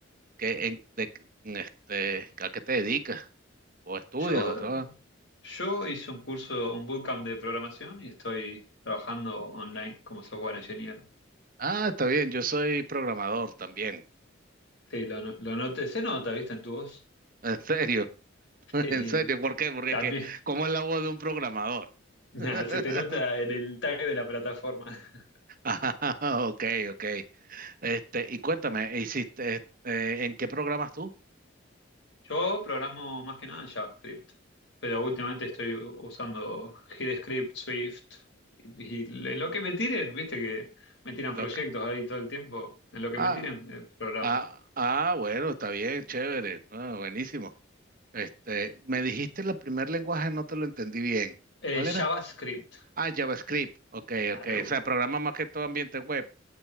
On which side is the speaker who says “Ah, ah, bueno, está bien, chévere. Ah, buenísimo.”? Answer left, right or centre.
Right